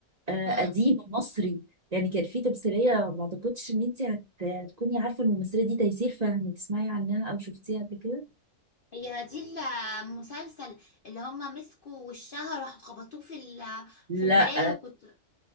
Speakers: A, on the right; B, on the left.
A: آه،
B: مم.
A: قديم مصري يعني كان في تمثيلية ما اعتقدش ان انت هت- هتكوني عارفة الممثلة دي تيسير فهمي تسمعي عنها او شفتيها قبل كده
B: هي هدي المسلسل اللي هما مسكوا وشها راحوا خبطوه في ال-
A: لا
B: في المراية وكنت